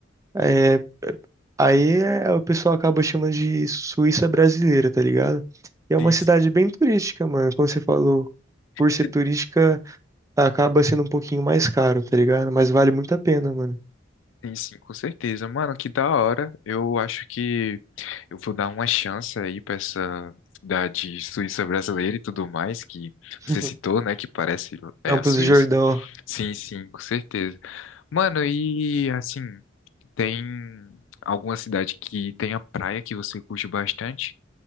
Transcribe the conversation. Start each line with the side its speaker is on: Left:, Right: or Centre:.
Right: É, aí é- o pessoal acaba chamando de Suíça brasileira, tá ligado? E é uma
Left: Sim,
Right: cidade
Left: sim.
Right: bem turística, mano. Como você falou, por ser
Left: Que-
Right: turística, acaba sendo um pouquinho mais caro, tá ligado? Mas vale muito a pena, mano.
Left: Sim, sim, com certeza. Mano, que da hora. Eu acho que Eu vou dar uma chance aí para essa da de Suíça brasileira e tudo mais que
Right: <laughs>
Left: você citou, né? Que parece é
Right: Campos
Left: a Suíça.
Right: do Jordão.
Left: Sim, sim, com certeza. Mano, e assim, tem alguma cidade que tenha praia que você curte bastante